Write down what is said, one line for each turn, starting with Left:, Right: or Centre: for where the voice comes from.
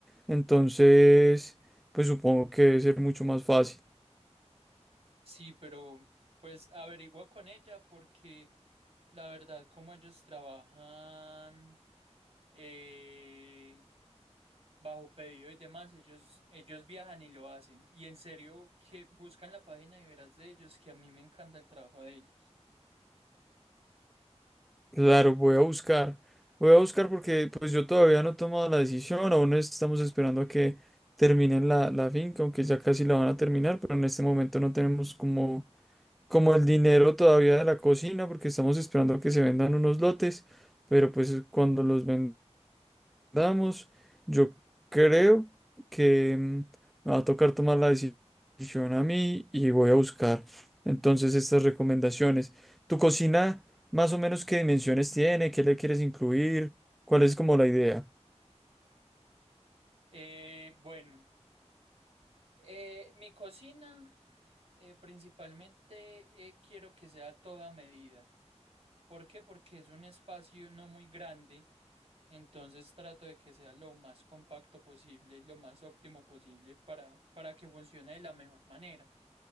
Centre: entonces pues supongo que debe ser mucho más fácil.
Right: sí, pero pues averigua con ella porque... La verdad, como ellos trabajan eh, bajo pedido y demás, ellos, ellos viajan y lo hacen. Y en serio, que buscan la página y verás de ellos, que a mí me encanta el trabajo de ellos.
Centre: Claro, voy a buscar. Voy a buscar porque pues yo todavía no he tomado la decisión, aún estamos esperando a que terminen la, la finca, aunque ya casi la van a terminar, pero en este momento no tenemos como, como el dinero todavía de la cocina porque estamos esperando a que se vendan unos lotes, pero pues cuando los vendan Damos, yo creo que mm, me va a tocar tomar la decisión a mí y voy a buscar entonces estas recomendaciones. ¿Tu cocina más o menos qué dimensiones tiene? ¿Qué le quieres incluir? ¿Cuál es como la idea?
Right: Eh, bueno, eh, mi cocina eh, principalmente eh, quiero que sea a toda medida. ¿Por qué? Porque es un espacio no muy grande. Entonces trato de que sea lo más compacto posible y lo más óptimo posible para, para que funcione de la mejor manera.